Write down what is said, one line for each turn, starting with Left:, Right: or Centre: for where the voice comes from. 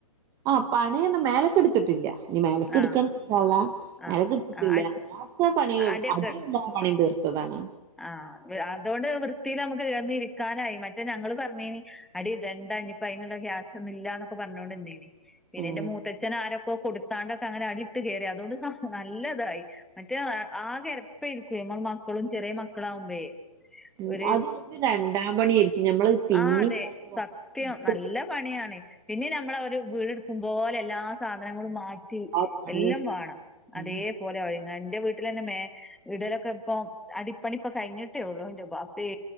Right: ആഹ് പണിഒന്നും മേലക്കെ എടുത്തിട്ടില്ല ഇനി മേലക്ക്
Centre: ആ
Right: എടുക്കണ ഇന്ഷാ അല്ലാഹ്
Centre: ആഹ്
Right: മേലേക്കെടുത്തിട്ടില്ല
Centre: ആഹ്
Right: അല്ലാത്ത പണി <unintelligible>
Centre: അടിയൊക്കെ
Right: തീർത്തതാണ്
Centre: ആഹ് അതുകൊണ്ട് വൃത്തിൽ നമുക്ക് ർന്ന ഇരിക്കാനായി മറ്റേ ഞങ്ങള് പറഞ്ഞേന് അടിടണ്ടനിപ്പ അതിനുള്ള ക്യാഷ് ഒന്നും ഇല്ലന്നൊക്കെ പറഞ്ഞോണ്ട് ഇന്തേനി പിന്നെ
Right: ഉം
Centre: എന്റെ മൂത്തച്ഛനൻ ആരൊക്കെ കൊടു താണ്ടൊക്കെ അങ്ങനെ അടിയിട്ട് കയറി അതുകൊണ്ട് നല്ലതായി മറ്റേ ആകെ എരപ്പയിരിക്കൂ നമ്മൾ മക്കളും ചെറിയ മക്കളാവുമ്പേ
Right: ഉ ഉം
Centre: ഒരു
Right: അതുവല്ല രണ്ടാം പണിയ ആയിരിക്കും ഞമ്മള് പിന്നെ
Centre: ആ അതെ
Right: ഇതാക പുറത്ത്
Centre: സത്യം
Right: എടുത്തിട്ട്
Centre: നല്ല പണിയാണ് പിന്നെ നമ്മള ഒരു വീടെടുക്കും പോലെ എല്ലാ സാധനങ്ങളും മാറ്റി
Right: ആ പണിയും
Centre: എല്ലാം
Right: ചെയ്യേണ്ടി
Centre: വേണം
Right: വരും
Centre: അതേപോലെ <unintelligible> എന്റെ വീട്ടിലെ തന്നെ മേല് ഇടലൊക്കെ ഇപ്പോം. അടിപ്പണിപ്പ കഴിഞ്ഞിട്ടേ ഉള്ളു ന്റെ ബാപ്പേ